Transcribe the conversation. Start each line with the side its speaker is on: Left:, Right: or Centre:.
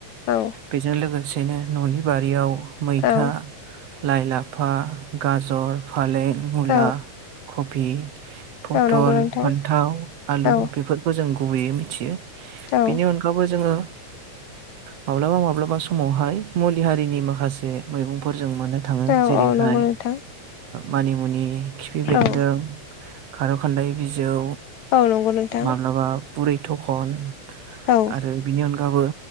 Left: औ
Right: बेजों लोगोसेनो न'नि बारियाव मैथा
Left: औ
Right: लाइ लाफा गाजर फालें मुला
Left: औ
Right: कफि पथल
Left: औ नंगौ नोंथां
Right: फान्थाव आलु
Left: औ
Right: बेफोर जों गुबैयै मिथियो
Left: औ
Right: बिनि अनगैबो जोङो माब्लाबा मा समावहाय मुलि हारिनि माखासे मैगंफोर जों मोननो थाङो
Left: औ
Right: जेरैहाय
Left: औ नंगौ नोंथां
Right: मानिमुनि खिफि बेन्दों
Left: औ
Right: खारौ खान्दाय बिजौ
Left: औ नंगौ नोंथां
Right: माब्लाबा बुरै थखन
Left: औ
Right: आरो बिनि अनगाबबो